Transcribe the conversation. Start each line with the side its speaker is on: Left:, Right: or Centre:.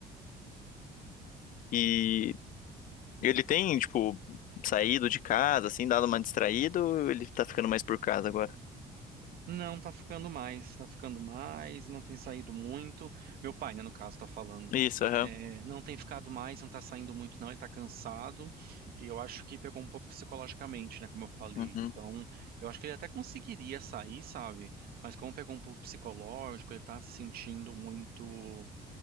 Left: E ele tem, tipo, saído de casa, assim, dado uma distraída, ou ele tá ficando mais por casa agora?
Right: Não tá ficando mais, tá ficando mais, não tem saído muito. Meu pai, né, no caso, tá falando.
Left: Isso, aham.
Right: É, não tem ficado mais, não tá saindo muito, não. Ele tá cansado. E eu acho que pegou um pouco psicologicamente, né, como eu falei.
Left: Uhum.
Right: Então, eu acho que ele até conseguiria sair, sabe? Mas como pegou um pouco psicológico, ele tá se sentindo muito.